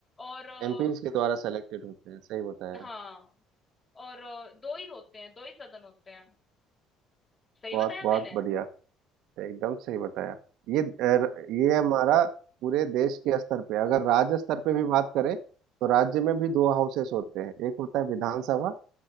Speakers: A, on the left; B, on the right.
A: और अ,
B: एमपीज के द्वारा सेलेक्टेड होते हैं सही बताया
A: हाँ और अ, दो ही होते हैं दो ही सदन होते हैं सही
B: बहुत
A: बताया
B: बहुत
A: मैंने
B: बढ़िया एकदम सही बताया ये अ, ये हमारा पूरे देश के स्तर पे अगर राज्य स्तर पे भी बात करें तो राज्य में भी दो हाउसेस होते हैं एक होता है विधानसभा